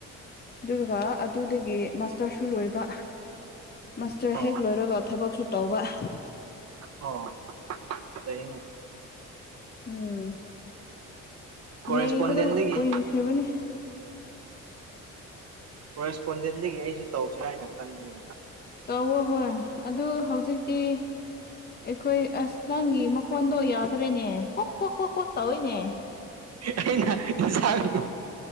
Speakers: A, on the left; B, on the right.
A: ꯑꯗꯨꯒ ꯑꯗꯨꯗꯒꯤ ꯃꯥꯁꯇꯔꯁꯨ ꯂꯣꯏꯕ ꯃꯥꯁꯇꯔ
B: ꯑꯣ
A: ꯍꯦꯛ ꯂꯣꯏꯔꯒ ꯊꯕꯛꯁꯨ ꯇꯧꯕ
B: ꯑꯣ ꯂꯩꯅꯦ
A: ꯎꯝ
B: ꯀꯣꯔꯦꯁꯄꯣꯟꯗꯦꯟꯗꯒꯤ
A: ꯂꯩꯕꯗꯣ ꯀꯨꯏ ꯈ꯭ꯔꯕꯅꯦ
B: ꯀꯣꯔꯦꯁꯄꯣꯟꯗꯦꯟꯂꯤꯒꯤ ꯑꯩꯁꯨ ꯇꯧꯁꯤꯔꯥ ꯍꯥꯏꯅ ꯈꯟꯕꯅꯤꯅꯦ
A: ꯇꯧꯋꯣ ꯍꯣꯏ ꯑꯗꯨ ꯍꯧꯖꯤꯛꯇꯤ ꯑꯩꯈꯣꯏ ꯑꯁ ꯅꯪꯒꯤ ꯃꯈꯣꯟꯗꯣ ꯌꯥꯗ꯭ꯔꯦꯅꯦ ꯀꯣꯛ ꯀꯣꯛ ꯀꯣꯛ ꯀꯣꯛ ꯇꯧꯋꯤꯅꯦ
B: ꯑꯩꯅ ꯏꯟꯁꯥꯡ